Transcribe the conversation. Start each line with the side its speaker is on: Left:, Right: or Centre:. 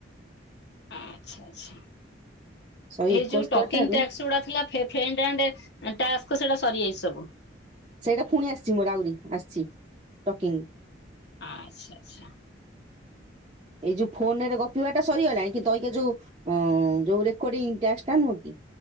Left: ଆଚ୍ଛା ଆଚ୍ଛା ଏଇ
Right: ଶହେ ଏକସ୍ତରଟାରୁ
Left: ଯୋଉ ଟକିଂ ଟ୍ୟାକ୍ସ ଗୁଡା ଥିଲା ଫେ ଫ୍ରେଣ୍ଡ ଆଣ୍ଡ ଟ୍ୟାକ୍ସ ସେଇଟା ସରିଯାଇଛି ସବୁ?
Right: ସେଇଟା ଫୁଣି ଆସିଛି ମୋର ଆହୁରି ଆସିଛି ଟକିଂ।
Left: ଆଚ୍ଛା ଆଚ୍ଛା।
Right: ଏଇ ଯୋଉ ଫୋନ ରେ ଗପିବା ଟା ସରିଗଲାଣି କିନ୍ତୁ ଅଇକା ଯୋଉ ଓଁ ଯୋଉ ରେକୋଡ଼ିଂ ଟାକ୍ସ ଟା ନୁହଁକି